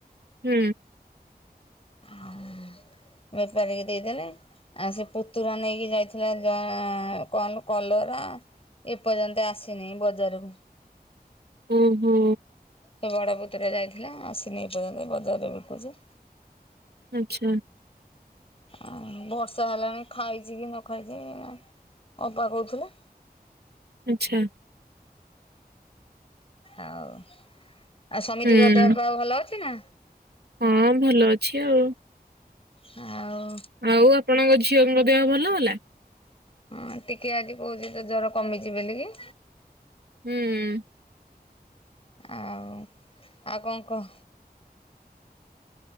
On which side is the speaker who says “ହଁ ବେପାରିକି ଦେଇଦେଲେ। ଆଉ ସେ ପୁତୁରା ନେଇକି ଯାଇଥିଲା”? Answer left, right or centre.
Left